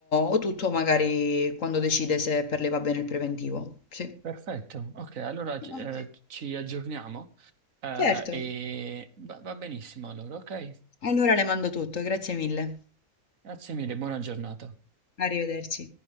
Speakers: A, on the left (about 60°); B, on the right (about 65°).
A: o tutto magari quando decide se per lei va bene il preventivo. Sì.
B: Perfetto, ok, allora eh,
A: Ok.
B: ci aggiorniamo eh,
A: Certo.
B: e va va benissimo allora, ok?
A: Allora le mando tutto, grazie mille.
B: Grazie mille, buona giornata.
A: Arrivederci.